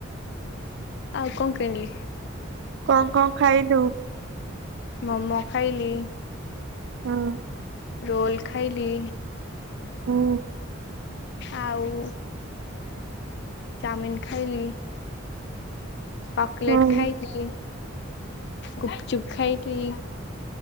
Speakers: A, on the left (about 55°); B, on the right (about 60°).
A: ଆଉ କଣ କିଣଲି
B: କଁ କଁ ଖାଇଲୁ?
A: ମୋମୋ ଖାଇଲି
B: ହୁଁ।
A: ରୋଲ୍ ଖାଇଲି
B: ହୁଁ।
A: ଆଉ ଚାଉମିିନ ଖାଇଲି କକଲେଟ୍
B: ହୁଁ
A: ଖାଇ ଉଁ ଗୁପୁଚୁପୁ ଖାଇଥିଲି